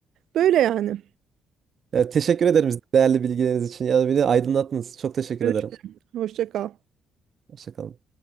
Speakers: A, on the right; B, on the right.
A: Böyle yani.
B: Ya, teşekkür ederim değerli bilgileriniz için. Ya beni aydınlattınız. Çok teşekkür
A: Görüş-
B: ederim.
A: Hoşça kal.
B: Hoşça kalın.